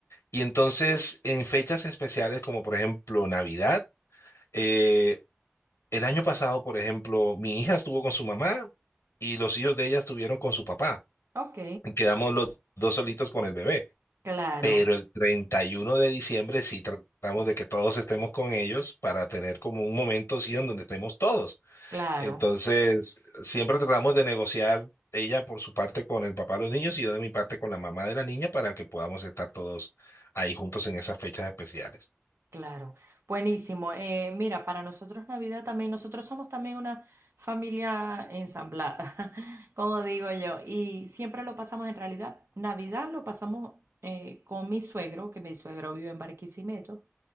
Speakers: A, on the left; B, on the right.
A: Y entonces, en fechas especiales como por ejemplo Navidad, eh, El año pasado, por ejemplo, mi hija estuvo con su mamá y los hijos de ella estuvieron con su papá.
B: Ok.
A: Quedamos los dos solitos con el bebé.
B: Claro,
A: Pero el 31 de diciembre sí tratamos de que todos estemos con ellos para tener como un momento, sí, en donde estemos todos.
B: claro,
A: Entonces, siempre tratamos de negociar ella por su parte con el papá de los niños y yo de mi parte con la mamá de la niña para que podamos estar todos ahí juntos en esas fechas especiales.
B: claro. Buenísimo. Eh, mira, para nosotros Navidad también, nosotros somos también una familia ensamblada, <laughs> como digo yo, y siempre lo pasamos en realidad. Navidad lo pasamos eh, con mi suegro, que mi suegro vive en Barquisimeto,